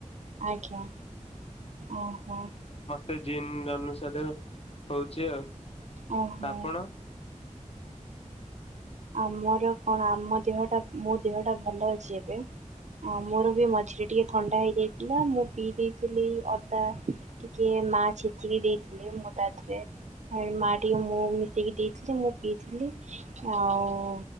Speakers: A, on the right; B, on the left.
A: ଆଜ୍ଞା। ଓ ହୋ।
B: ସେ ଜିନ୍ ଅନୁସାରେ ହଉଛି ଆଉ।
A: ଓ ହୋ।
B: ଆପଣ?
A: ଆମର କଣ ଆମ ଦେହଟା ମୋ ଦେହଟା ଭଲ ଅଛି ଏବେ ହଁ ମୋର ବି ମଝିରେ ଟିକେ ଥଣ୍ଡା ହେଇଯାଇଥିଲା ମୁଁ ପିଇ ଦେଇଥିଲି ଅଦା ଟିକେ ମା ଛେଚିକି ଦେଇଥିଲେ ମୁଁ ତା ଦେହରେ ମୋ ମା ଟିକେ ମହୁଁ ମିଶେଇକି ଦେଇଥିଲେ ମୁଁ ପିଇଥିଲି। ଆଉ